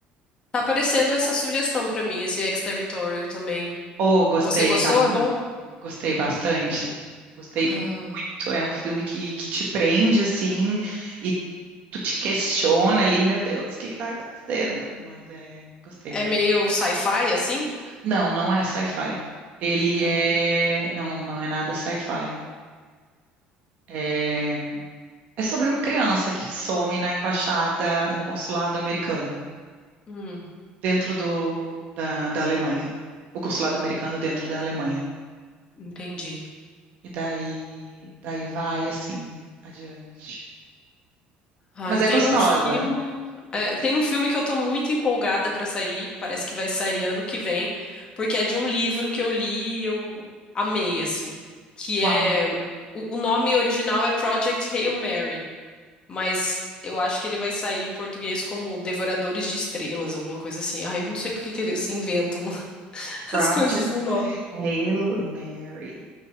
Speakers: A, on the left; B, on the right.
A: Tá aparecendo essa sugestão pra mim, esse Exterritorial também.
B: Oh, gostei,
A: Você gostou?
B: tá?
A: É bom?
B: Gostei bastante. Gostei
A: Ah,
B: muito. É um filme que, que te prende, assim, e tu te questiona ali, meu Deus, o que que tá acontecendo? Mas é, gostei.
A: é meio sci-fi, assim?
B: Não, não é sci-fi. Ele
A: Ah,
B: é. Não, não, não é nada sci-fi. É, é sobre uma criança que some na embaixada, no consulado americano,
A: hum,
B: dentro do, da, da Alemanha. O consulado americano dentro da Alemanha.
A: entendi.
B: E daí, daí vai assim adiante.
A: Ai,
B: Mas
A: tem
B: é gostosa.
A: um filme. é, tem um filme que eu tô muito empolgada pra sair. Parece que vai sair ano que vem, porque é de um livro que eu li e eu amei, assim. Que
B: Qual?
A: é. O, o nome original é Project Hail Mary. mas eu acho que ele vai sair em português como Devoradores de Estrelas, alguma coisa assim. Ai, eu não sei por que que eles inventam <laughs>
B: Project
A: as coisas no nome.
B: Hail Mary.